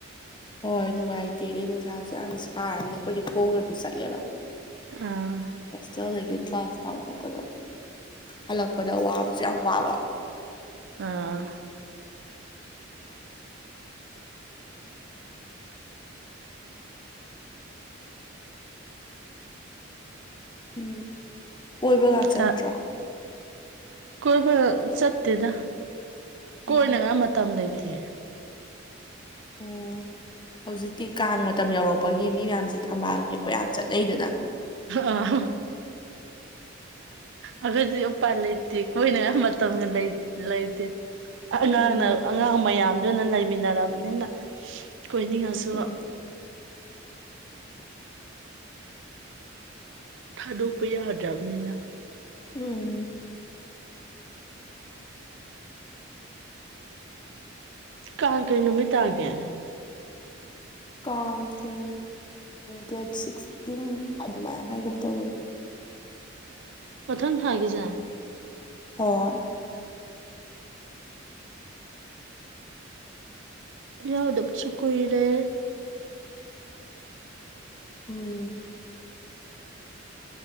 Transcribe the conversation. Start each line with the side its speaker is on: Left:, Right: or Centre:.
Left: ꯍꯣꯏ ꯅꯨꯡꯉꯥꯏꯇꯦ ꯑ ꯅꯨꯡꯁꯥꯁꯨ ꯌꯥꯝ ꯁꯥꯔꯕꯃꯤꯅꯤꯅ ꯑꯩꯈꯣꯏꯗꯤ ꯈꯣꯡꯅꯁꯨ ꯆꯠꯂꯦꯕ
Right: ꯑꯥ
Left: ꯏꯆꯦꯜꯗꯒꯤ ꯀ꯭ꯂꯥꯁ ꯐꯥꯎ ꯆꯠꯄꯗꯣ ꯍꯜꯂꯛꯄꯗꯥ ꯋꯥꯕꯁꯨ ꯌꯥꯝ ꯋꯥꯕ
Right: ꯑꯥ
Left: ꯎꯝ ꯀꯣꯏꯕꯒꯥ ꯆꯠꯇ꯭ꯔꯣ
Right: ꯀ ꯀꯣꯏꯕ ꯆꯠꯇꯦꯗ
Left: ꯎꯝ
Right: ꯀꯣꯏꯅꯉꯥꯏ ꯃꯇꯝ ꯂꯩꯇꯦ
Left: ꯎꯝ ꯍꯧꯖꯤꯛꯇꯤ ꯀꯥꯡ ꯃꯇꯝ ꯌꯧꯔꯛꯄꯒꯤ ꯃꯤ ꯃꯌꯥꯝꯁꯦ ꯊꯝꯕꯥꯜ ꯍꯦꯛꯄ ꯌꯥꯝ ꯆꯠꯅꯩꯗꯅ
Right: ꯑꯥ ꯑꯗꯨꯗꯤ ꯎꯄꯥ ꯂꯩꯇꯦ ꯀꯣꯏꯅꯉꯥꯏ ꯃꯇꯝꯒ ꯂꯩꯇꯦ ꯑꯉꯥꯡꯅ
Left: ꯎꯝ
Right: ꯑꯉꯥꯡ ꯃꯌꯥꯝ ꯑꯗꯨꯅ ꯂꯩꯃꯤꯟꯅꯔꯕꯅꯤꯅ ꯀꯣꯏꯅꯤꯡꯉꯁꯨ
Left: ꯎꯝ
Right: ꯊꯥꯗꯣꯛꯄ ꯌꯥꯗ꯭ꯔꯕꯅꯤꯅ
Left: ꯎꯝ
Right: ꯀꯥꯜ ꯀꯩ ꯅꯨꯃꯤꯠꯇꯒꯦ
Left: ꯀꯥꯡꯁꯦ ꯗꯦꯠ ꯁꯤꯛꯁꯇꯤꯟ ꯑꯗꯨꯃꯥꯏꯅ ꯍꯥꯏꯒꯨꯝ ꯇꯧꯕꯅꯤ
Right: ꯄꯊꯪ ꯊꯥꯒꯁꯦ
Left: ꯍꯣꯏ
Right: ꯌꯥꯗ ꯄꯨꯁꯨ ꯀꯨꯏꯔꯦ
Left: ꯎꯝ